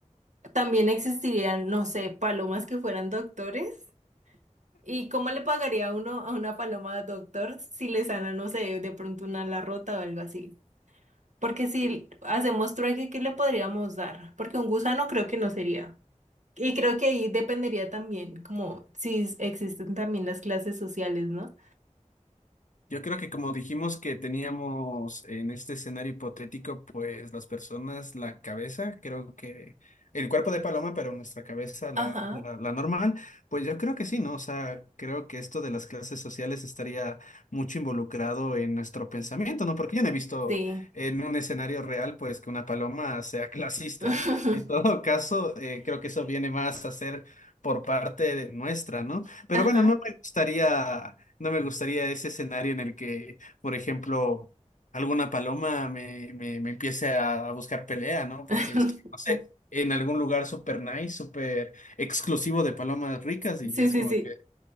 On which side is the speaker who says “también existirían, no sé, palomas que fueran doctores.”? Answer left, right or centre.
Right